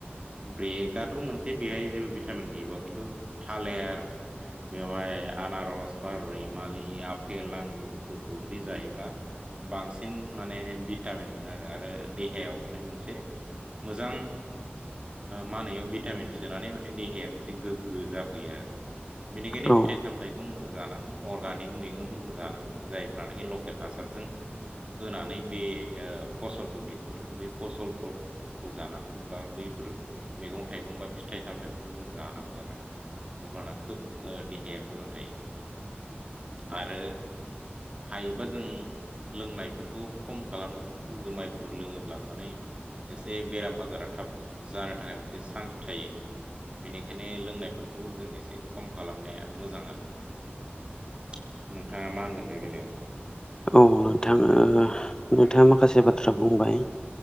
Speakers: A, on the right; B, on the left.
A: ब्रेकआथ' मोनसे बेहाय जेबो भिटामिन गैयबा खिन्थु थालेर बेवहाय आनारस बा रैमालि आ पेल आंगुरफोरखौ जुदि जायोब्ला बांसिन माने भटामिन मोनो आरो। देहायाव माने मोनसे मोजां माहोनो बेयाव भिटामिन सोनानै माने। देहाया मोनसे गोग्गो जाफैयो बेनिखायनो
B: औ
A: फिथाइ सामथाइखौ। जानांगौ अर्गानिक मैगंफोरखौ जानांगौ जायफ्रानोखि लकेल हासारजों। होनानै बे फसलखौ दिहुनो बै फसलफोरखौ जानांगौ बा बै फोर मैगं थाइगं बा फिथाइ-सामथाइ बेफोरखौ जों जानांगौ आरो ना अब्लाना खोब देहाया मोजां थायो। आरो हायोबा जों। लोंनायफोरखौ खम खालामनांगौ जुमायफोर लोङोब्ला माने। एसे बेराम आजारा थाब जानो थाखाय मोनसे चान्स थायो। बेनिखायनो लोंनायफोरखौबो जों एसे खम खालामनाया मोजां आरो। नोंथाङा मा होनगोन बे बेलायाव।
B: औ नोंथां नोंथाङा माखासे बाथ्रा बुंबाय।